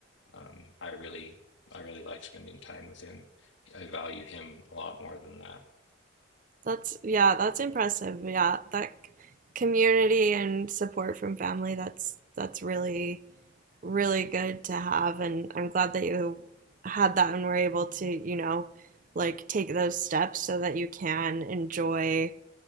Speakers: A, on the left; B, on the right.
A: Um, I really, I really like spending time with him. I value him a lot more than that.
B: That's yeah, that's impressive. Yeah, that c- community and support from family, that's that's really really good to have and I'm glad that you had that and were able to, you know, like take those steps so that you can enjoy